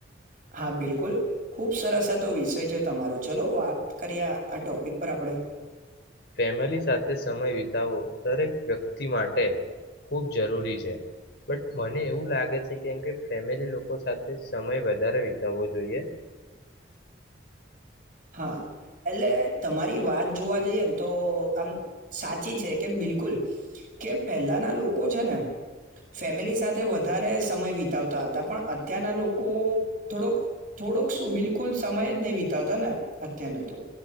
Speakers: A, on the right; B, on the left.
A: હા બિલકુલ ખુબ સરસ આતો વિષય છે તમારો ચલો વાત કરીએ આ ટોપિક પર આપણે.
B: ફેમિલી સાથે સમય વિતાવવો દરેક વ્યક્તિ માટે ખૂબ જરૂરી છે બટ મને એવું લાગે છે કેમ કે ફેમિલી લોકો સાથે સમય વધારે વિતાવવો જોઈએ.
A: હા એટલે તમારી વાત જોવા જઈએ ને. તો આમ સાચ ચી છે કે બિલકુલ કે પહેલાના લોક લોકો છે ને ફેમિલી સાથે વધારે સમય વિતાવતા હતા પણ અત્યારના લોકો થોડોક થોડોક શું બિલ કુલ સમય જ ન વીતાવ તા ને અત્યાર ના તો